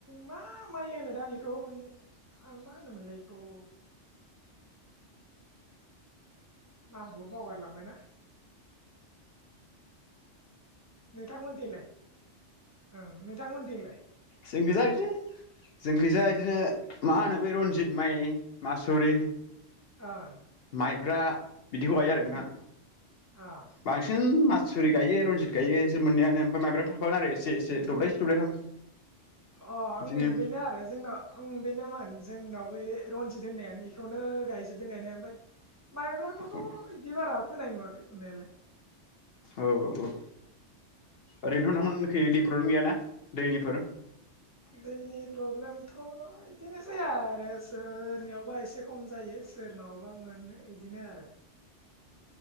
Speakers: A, on the right; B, on the left.
A: मा माइ होनो दा बिखौ मा होनोमोनलाय इखौ नामखौबो बावगारलांबायना। नोंथांमोननि थिंलाय औ नोंथांमोननि थिंलाय?
B: जोंखोजा बिदिनो जोंखोजा इदिनो मा होनो बै रनजित माइ मासुरि
A: ओं।
B: माइब्रा बिदिखौ गायो आरो नोंथां
A: ओं अ
B: बांसिन मा सुरि गायो रनजित गायो इसोर मोननैआनो ओमफ्राय माबब्रा थाफागोन आरो एसे एसे दब्लायसे दब्लायथाम।
A: अ
B: बिदिनो
A: उम बेनो आरो जोंनाव उम बेनोमोन। जोंनावबो रनजित होननायानो बेखौनो गायजोबदों गायनाया ओमफाय माइब्राखौथ'
B: औ
A: इदि बारा फोनाय नुवाखै नुनायालाय।
B: औ औ औ ओरैनोथ' नोथांमोनखि इदि प्रब्लेम गैयाना दैनिफोर?
A: दैनि प्रब्लेमथ' इदिनोसै आरो सोरनियावबा एसे खम जायो सोरनावबा मोनो इदिनो आरो।